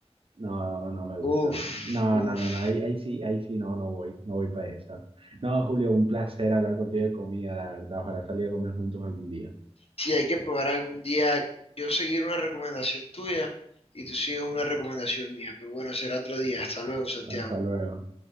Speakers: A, on the right; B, on the left.
A: No, no me gusta
B: uff,
A: nada. No, no,
B: uff.
A: no, no. Ahí, ahí sí, ahí sí no, no voy. No voy para esa. No, Julio, un placer hablar contigo de comida, la verdad. Ojalá salir a comer juntos algún día.
B: Si hay que probar algún día, yo seguir una recomendación tuya y tú sigues una recomendación mía, pero bueno, será otro día. Hasta luego, Santiago.
A: Hasta luego.